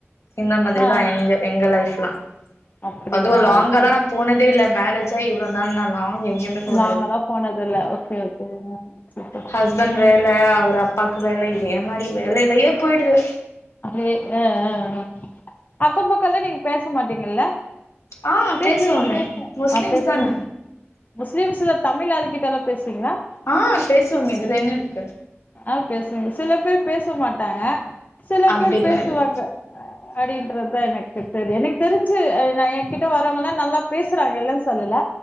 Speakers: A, on the left; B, on the left.
A: இந்த மாதிரி
B: ஆ
A: தான் எங் எங்க லைஃப்லா
B: அப்டிங்களா
A: அதுவு லாங்கால்லா
B: ஓகே
A: நா போனதே இல்ல மேரேஜாயி இவ்ளோ நாள் நா லாங் எங்குமே போ
B: லாங்கல்லா போனத இல்ல ஓகே ஓ செரி
A: ஹஸ்பண்ட் வேல அவர் அப்பாக்கு வேல இதே மாரி வேலையிலயே போயிடுது
B: அப்டியே அ அ அ அக்கம் பக்கம்லா நீங்க பேச மாட்டீங்கல்ல
A: ஆ
B: பேசுவீங்க
A: பேசுவோமே
B: பேசுவன்
A: முஸ்லிம்ஸ்
B: ஆ பேசுவீங்
A: தான
B: முஸ்லிம்ஸ்ல தமிழ் அளுங்கிட்டெல்லா பேசுவீங்ளா
A: ஆ பேசுவோக இதுல என்ன இருக்கு
B: ஆ பேசுவங்க சில பேர் பேச மாட்டாங்க சில
A: அப்டிலா
B: பேர் பேசுவாங்க
A: இல்ல
B: அப்டின்றது தா எனக்கு தெரியும் எனக்கு தெரிஞ்சு என்கிட்ட வரவங்களா நல்லா பேசுறாங்க இல்லன்னு சொல்லல